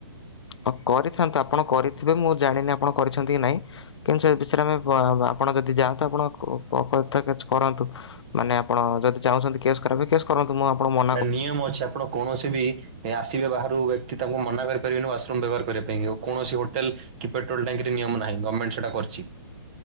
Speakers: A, on the left; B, on the right.
A: ହଁ କରିଥାନ୍ତୁ ଆପଣ କରିଥିବେ ମୁଁ ଜାଣିନି ଆପଣ କରିଛନ୍ତି କି ନାହିଁ। କିନ୍ତୁ ସେ ବିଷୟରେ ଆମେ ଆପଣ ଯଦି ଯାଆନ୍ତୁ ଆପଣ କ କ କଥା କିଛି କରାନ୍ତୁ। ମାନେ ଆପଣ ଯଦି ଚାହୁଁଛନ୍ତି କେସ୍ କରା ବାକୁ କେସ୍ କରନ୍ତୁ ମୁଁ ଆପଣଙ୍କୁ ମାନ
B: ଏଟା ନିୟମ ଅଛି ଆପଣ କୌଣସି ବି ଆସିବେ ବାହାରୁ ବ୍ୟକ୍ତି ତାଙ୍କୁ ମନା କରିପାରିବେନି ୱାସରୁମ ବ୍ୟବହାର କରିବା ପାଇଁ କୌଣସି ହୋଟେଲ କି ପେଟ୍ରୋଲ ଟଙ୍କିରେ ନିୟମ ନାହିଁ ଗମେଣ୍ଟ ସେଟା କରିଛି।